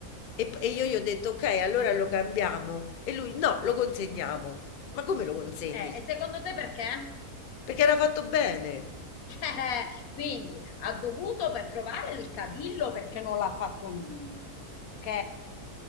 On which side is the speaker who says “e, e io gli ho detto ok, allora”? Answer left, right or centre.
Left